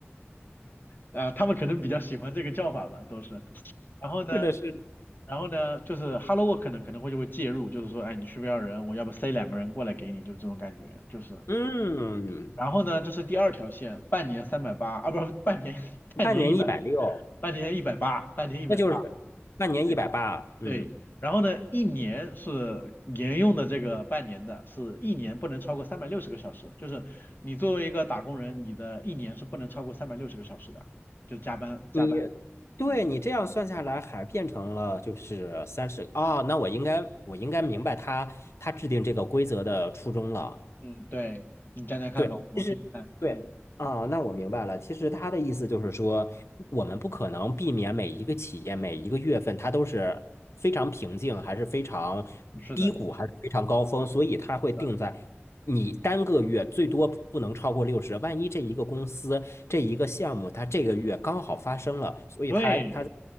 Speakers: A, on the left (about 45°); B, on the left (about 75°).
A: 啊、他们可能比较喜欢这个叫法吧，都是。然后呢？
B: 是的，是的。
A: 然后呢，就是 Hello Work 呢可能会就会介入，就是说，哎，你需不需要人？我要不塞两个人过来给你，就这种感觉，就是，
B: 嗯，
A: 然后呢，这是第二条线，半年三百八啊，不是半年，<laughs> 半年一百，
B: 半年一百六，
A: 半年一百八，半年一百八，
B: 那就是半年一百八。
A: 对
B: 嗯，
A: 对。然后呢，一年是沿用的这个半年的，是一年不能超过三百六十个小时，就是你作为一个打工人，你的一年是不能超过三百六十个小时的，就是加班加班。
B: 你对你这样算下来，
A: 嗯
B: 还变成了就是三十。哦，那我应该我应该明白他他制定这个规则的初衷了。
A: 嗯，对，你讲讲看吧，
B: 对，
A: 我听听看。
B: 其实对啊，
A: 嗯，
B: 那我明白了。其实他的意思就是说，我们不可能避免每一个企业每一个月份它都是非常平静，还是非常低谷，
A: 是的，
B: 还是非常高峰，所以它会定在你单个月最多不能超过六十。
A: 是的，
B: 万一这一个公司这一个项目它这个月刚好发生了，所以它它
A: 对，